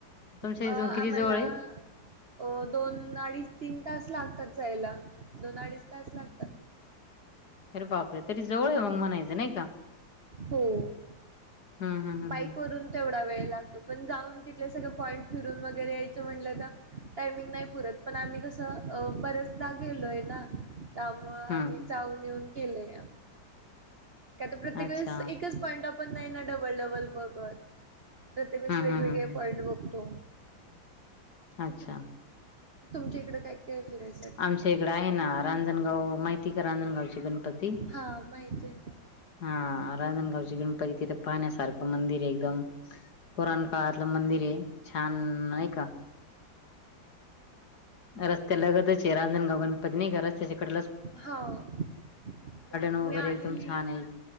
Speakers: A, on the left; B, on the right.
A: तुमच्या
B: अ
A: इथून किती
B: आम्हाला
A: जवळ आहे
B: अ दोन अडीच तीन तास लागतात जायला दोन अडीच तास लागतात.
A: अरे बापरे तरी जवळ आहे मग म्हणायचं नाही का
B: हो
A: हम्म हम्म हम्म
B: बाईक
A: हम्म
B: वरून तेवढा वेळ पण जाऊन तिथ सग पॉईंट फिरून वगैरे यायचं म्हटलं तर टायमिंग नाही पुरत पण आम्ही कसं बरेचदा गेलोय ना त्यामु आम्ही
A: हम्म
B: जाऊन येऊन केलेय. ता प्रत्येक
A: अच्छा
B: वेळेस एकच पॉईंट आपण नाही ना डबल डबल बघत. प्रतेकच
A: हा
B: वेगवेगळे
A: हा हा
B: पॉइंट बघतो.
A: अच्छा
B: तुमच्या इकडें काय काय फिरायसारखं
A: आमच्या इकड आहे ना रांजणगाव माहिती का रांजणगाव गपती
B: हा माहिती आहे ना
A: हा रांणगाव गणपती तिथ पाण्यासार मंदिर आहे एकदम पुरण काळलं मंदिर आहे छान नाही का रस्त्या लगतच आहे रांजणगाव गणपती नाही का रस्त्याच्याकड
B: हो हो
A: वगैरे
B: मी आलेली
A: एकदम छान आहे